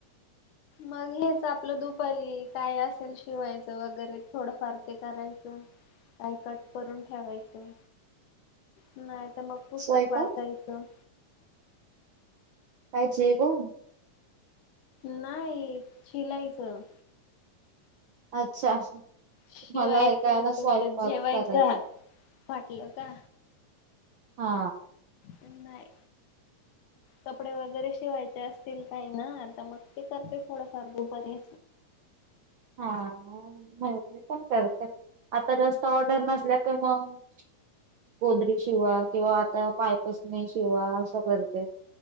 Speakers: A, on the left; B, on the right.
A: मग हेच आपलं दुपारी काय असेल शिवायचं, वगैरे थोडंफार ते करायचं. काय कट करून ठेवायचं. नाही तर मग पुस्तक
B: स्वयंपाक?
A: वाचायचं.
B: काय जेवण.
A: नाही शिलाईचं.
B: अच्छा.
A: शिवायच
B: मला ऐकायला
A: फेर
B: स्वयंपाक
A: तर जेवायच.
B: करायचं.
A: वाटलं का
B: हा
A: नाही. कपडे वगैरे शिवायचे असतील काही ना आता मग ते करते थोडंफार दुपारी
B: हा म्ह पण करते, आता जास्त ऑर्डर नसल्या का मग कोदरी शिवा किंवा आता पायपस नाही शिवा असं करते